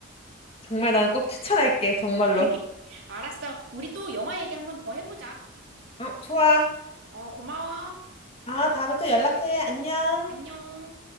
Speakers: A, on the left; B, on the right.
A: 정말 난 꼭 추천할게. 정말로.
B: <laughs> 알았어. 우리 또 영화 얘기 한번 더 해보자.
A: 어, 좋아.
B: 어, 고마워.
A: 아, 다음에 또 연락해. 안녕.
B: 안녕.